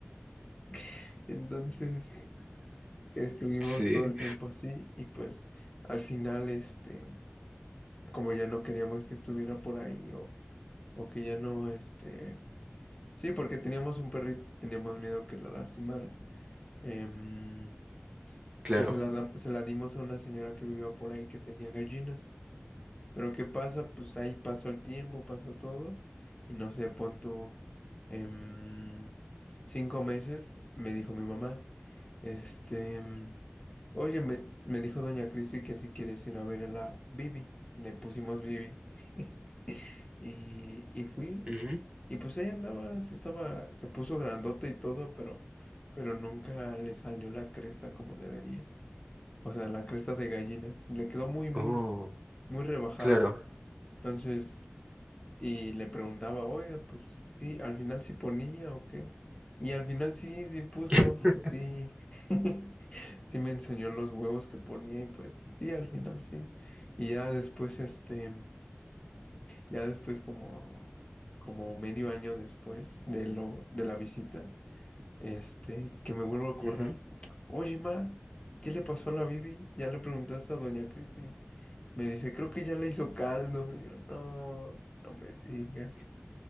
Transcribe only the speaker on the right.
Sí,
claro.
Ujú.
Oh,
claro.
<laughs>
Ujú.